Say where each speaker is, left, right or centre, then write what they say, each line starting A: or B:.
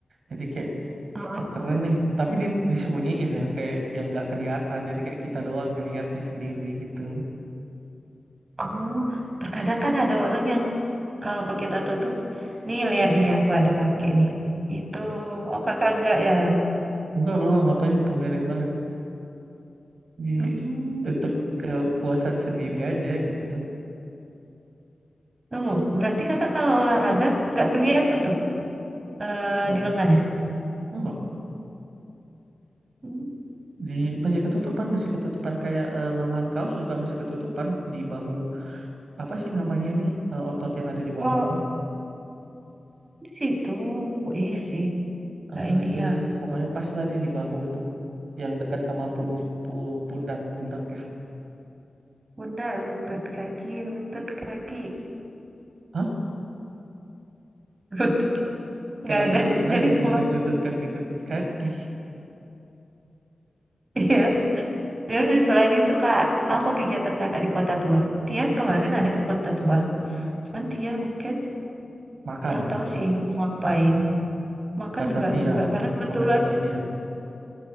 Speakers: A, on the right; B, on the right.
A: Jadi kayak
B: heeh.
A: Wah keren nih. Tapi di- disembunyiin ya, kayak yang nggak kelihatan. Jadi kayak kita doang ngelihatnya sendiri gitu.
B: Oh, terkadang kan ada orang yang kalau pakai tato itu, nih lihat nih aku ada pakai nih. Itu, oh kakak enggak ya?
A: Enggak loh, ngapain dipamerin banget di
B: Hmm.
A: untuk kepuasan sendiri aja gitu.
B: Tunggu, berarti kakak kalau olahraga nggak kelihatan tuh eh,
A: Enggak,
B: di lengannya?
A: enggak.
B: Hmm.
A: Di masih ketutupan, masih ketutupan kayak eh, lengan kaos juga masih ketutupan di bahu apa sih namanya ini Eh, otot yang ada di bahu
B: Oh,
A: ini.
B: di situ, iya sih. Kayak
A: Eh, eh,
B: ini
A: itu
B: ya,
A: loh. pokoknya pas lah dia di bahu itu yang dekat sama pun, pu- pundak-pundak ya.
B: bunda lutut kaki, lutut kaki.
A: Hah?
B: <laughs> nggak
A: Kenapa
B: ada <laughs>
A: jadi lagu
B: jadi tempat
A: pundak lutut kaki lutut kaki?
B: iya jadi dari selain itu kak apa kegiatan kakak di kota tua dia kemarin ada ke kota tua cuman dia mungkin
A: Makan,
B: kurang tahu sih mau ngapain makan
A: Batavia,
B: nggak juga karena kebetulan
A: Cafe Batavia.